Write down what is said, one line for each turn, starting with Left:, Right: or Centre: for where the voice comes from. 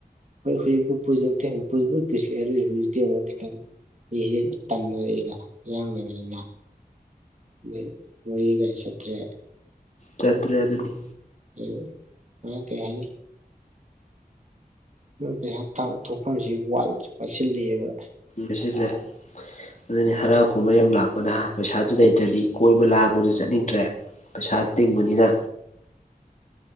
Right: ꯍꯣꯏ ꯍꯨꯖꯤꯛ ꯄꯨ ꯄꯨꯁꯤꯜꯂꯛꯦ ꯍꯧꯨꯖꯤꯛꯇ ꯑꯃꯨꯛ ꯈꯤꯇꯪ ꯏꯁꯤ ꯇꯥꯟꯟꯅꯔꯛꯏꯅ ꯏꯔꯥꯡꯅꯔꯅꯤꯅ ꯑꯗꯩ ꯃꯣꯔꯦꯒ ꯆꯠꯇ꯭ꯔꯦ
Left: ꯆꯠꯇ꯭ꯔꯦ ꯑꯗꯨꯅꯤ
Right: <unintelligible> ꯄꯩꯁꯥ ꯊꯣꯛꯐꯝꯁꯤ ꯋꯥꯥꯏꯁꯤꯜꯂꯦꯕ
Left: ꯋꯥꯁꯤꯜꯂꯦ ꯑꯗꯨꯅꯤ ꯍꯔ ꯀꯨꯝꯍꯩ ꯌꯥꯝ ꯂꯥꯛꯄꯅ ꯄꯩꯁꯥꯗꯨ ꯂꯩꯇ꯭ꯔꯗꯤ ꯀꯣꯏꯕ ꯂꯥꯡꯕꯗꯨ ꯆꯠꯅꯤꯡꯗ꯭ꯔꯦ ꯄꯩꯁꯥ ꯇꯤꯡꯕꯅꯤꯅ